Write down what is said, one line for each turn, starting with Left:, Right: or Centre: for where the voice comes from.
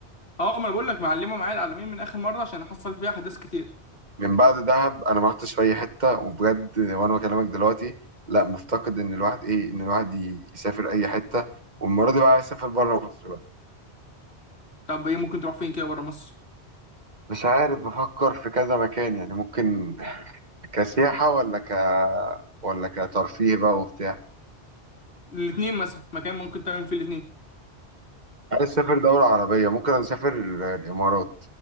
Left: اه ما انا بقول لك معلمه معايا العلمين من اخر مره عشان حصل فيها احداث كتير
Right: من بعد دهب انا ما رحتش في اي حته وبجد وانا بكلمك دلوقتي لا مفتقد ان الواحد ايه ان الواحد ي- يسافر اي حته والمره دي بقى عايز اسافر بره مصر بقى
Left: طب ايه ممكن تروح فين كده بره مصر
Right: مش عارف بفكر في كذا مكان يعني ممكن كسياحه ولا ك ولا كترفيه بقى وبتاع
Left: الاثنين مثلا مكان ممكن تعمل فيه الاثنين
Right: عايز اسافر دوله عربيه ممكن اسافر الامارات